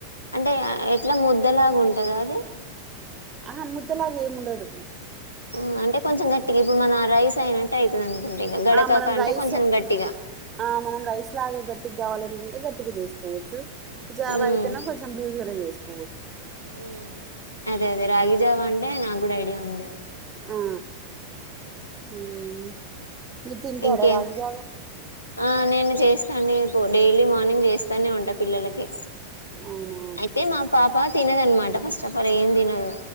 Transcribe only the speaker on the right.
ఆ ముద్దలాగ ఏం ఉండదు
ఆ మనం
రైస్
ఆ మనం రైస్ లాగా గట్టికి కావాలి ఇంకా గట్టిగా చేసుకోవచ్చు జావ
అయితేనా కొంచం లూజ్గానే చేవచ్చు
ఆ ఉమ్ మీరు తింటారా
రాగి జావా
అవునా